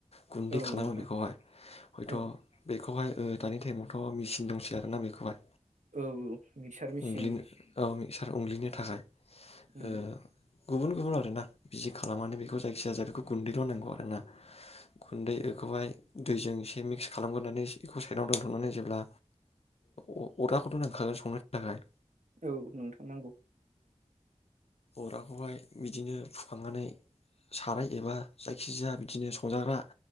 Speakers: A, on the left; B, on the right.
A: गुन्दै
B: औ
A: खालामो
B: नोंथां
A: बेखौहाय हयथ'
B: औ
A: बेखौहाय दानि टाइमावथ' औ मेचिन दंसै आरोना बेखौहाय
B: औ मिक्सार मेचिन
A: उग्लिनो औ मिक्सार उनग्लिनो थाखाय।
B: औ
A: ओ गुबुन गुबुन आरोना बिजि खालामनानै बेखौ जायखि जाया बेखौ गुन्दैल' नांगौ आरोना गुन्दै बेखौहाय दैजों एसे मिक्स खालामगोरनानै एखौ साइडआव दोनथ'नानै जेब्ला ओ अराखौथ' नांखागोन संनो थाखाय
B: औ नोंथां नंगौ
A: अराखौहाय बिदिनो फुखांनानै साराय एबा जायखिजाया बिदिनो संजाग्रा